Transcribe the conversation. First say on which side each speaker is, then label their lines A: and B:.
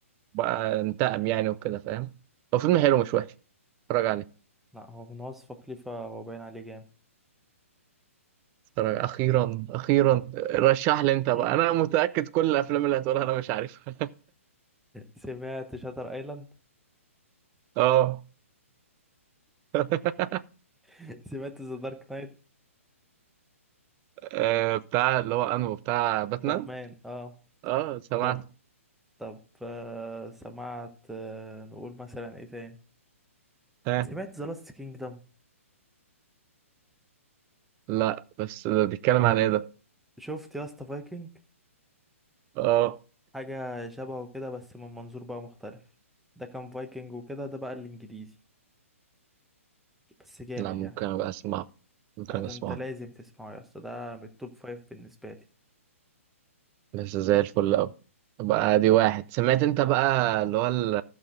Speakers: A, on the right (about 25°); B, in the centre.
A: انتقم يعني وكده فاهم هو فيلم حلو مش وحش اتفرج عليه
B: لا هو من وصفك خليفة هو باين عليه جامد
A: ترى اخيرا اخيرا رشح لي انت بقى
B: <laughs>
A: انا متاكد كل الافلام اللي هتقولها انا مش عارفها
B: سمعت شاتر ايلاند
A: اه <laughs>
B: <laughs> سمعت ذا دارك نايت
A: آه، بتاع اللي هو انه بتاع باتمان
B: باتمان اه
A: اه سمعت
B: طب طب آه سمعت آه نقول مثلا ايه تاني
A: ها
B: سمعت ذا لاست كينجدم
A: لا بس ده بيتكلم عن ايه ده
B: شفت يا اسطى فايكنج
A: اه
B: حاجة شبهه كده بس من منظور بقى مختلف ده كان فايكنج وكده ده بقى الانجليزي بس جامد
A: لا ممكن
B: يعني
A: ابقى اسمعه ممكن
B: لا
A: ابقى
B: ده
A: اسمعه
B: انت لازم تسمعه يا اسطى ده من التوب فايف بالنسبة لي
A: بس زي الفل اوي بقى دي واحد سمعت انت بقى اللي هو ال-